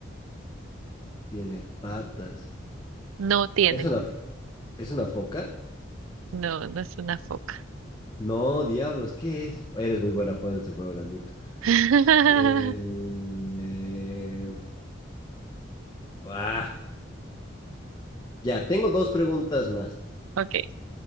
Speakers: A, on the left; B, on the right.
A: Tiene patas.
B: No tiene.
A: ¿Es una, f- es una foca?
B: No, no es una foca.
A: No, diablos, ¿qué es? Eres muy buena jugando este juego, lo admito.
B: <laughs>
A: Eh, ah, Ya, tengo dos preguntas más.
B: Ok.